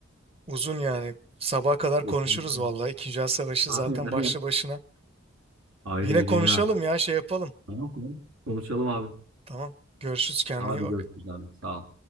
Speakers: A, on the right; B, on the right.
A: uzun yani. Sabaha kadar
B: Kesinlikle.
A: konuşuruz vallahi. İkinci Dünya Savaşı
B: Aynen
A: zaten başlı
B: öyle.
A: başına.
B: Ayrı
A: Yine
B: bir
A: konuşalım
B: dünya.
A: ya şey yapalım.
B: Tamam tamam. Konuşalım abi.
A: Tamam. Görüşürüz kendine
B: Hadi
A: iyi bak.
B: görüşürüz abi. Sağ ol.